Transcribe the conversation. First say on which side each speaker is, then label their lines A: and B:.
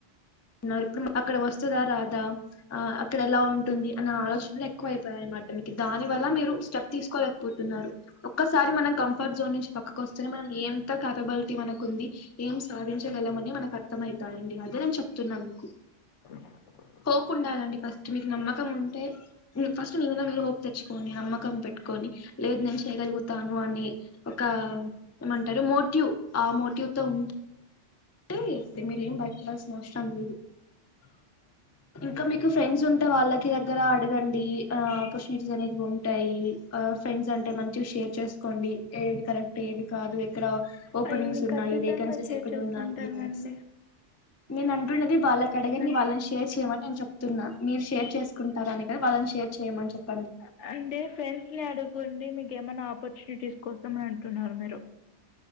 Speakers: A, on the left; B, on the left.
A: ఇప్పుడు అక్కడ వస్తదా రాదా ఆ అక్కడ ఎలా ఉంట్ టుంది అన్న ఆలోచనలు ఎక్కువ అయిపోయాయి అన్మాట మీకి దాని వల్ల మీరు స్టెప్ తీసుకోలేకపోతున్నారు ఒక్కసారి అజిమానేకమ్ ఎఫర్ట్ జోన్ నుంచి పక్కకు వస్తేనే మనం ఎంత క్యాపబిలిటీ మనకు ఉంది, ఏం సాధించగలమని మనకు అర్థమై తాయండి అదే నేను చెప్తున్నా మీకు
B: <inaudible>
A: హోప్ ఉండాలండి ఫస్ట్ మీకు నమ్మకం ఉంటే ఉ ఫస్ట్ మీ మీద మీరు హోప్ తెచ్చుకోండి నమ్మకం పెట్టుకో డి లేదు నేను చేయగలుగుతాను అని ఒక ఏమంటారు మోటివ్ ఆ మోటివ్తో అవ్ తే మీరేం భయపడాల్సిన అవసరం లేదు
B: <inaudible>
A: ఇంకా మీకు ఫ్రెండ్స్ ఉంటే వాళ్ళకి దగ్గర అడగండి ఆ ఆపర్చునిటీస్ అనేవి ఉంటాయి ఆ ఫ్రెండ్స్ అంటే మంచిగా షేర్ చేసుకోండి ఏది కరెక్ట్ ఏది కాదు ఎక్కడ ఓపెనింగ్స్
B: అయ్యో నేను
A: ఉన్నాయి
B: ఖచ్చితంగా
A: వేకెన్సీస్
B: షేర్
A: ఎక్కడ
B: చేసుకుంటానండి.
A: ఉన్నాయి అనేసి నేను అంటున్నది వాళ్ళకి అడగండి
B: నాకు
A: వాళ్ళని షేర్ చేయమని నేను చెప్తున్నా మీరు షేర్ చేసుకుంటారాని కాదు వాళ్ళని షేర్ చేయమని చెప్
B: ఆ అంటే ఫ్రెండ్స్ ని అడుగుండి మీకు ఏమైనా ఆపర్చునిటీస్ కోసం అన్ టున్నారు మీరు